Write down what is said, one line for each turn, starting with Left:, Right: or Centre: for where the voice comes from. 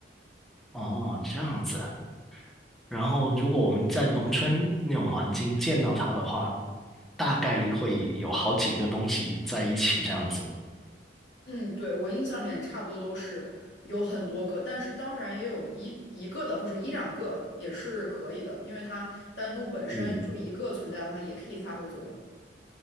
Centre: 哦，这样子。然后，如果我们在农村那种环境见到它的话，大概率会有好几个东西在一起这样子。
Left: 嗯，对，我印象里面差不多都是有很多个，但是当然也有一一个的或者一两个也是可以的，因为它单独本身就一个存在的话，
Centre: 嗯，
Left: 也可以发挥作用。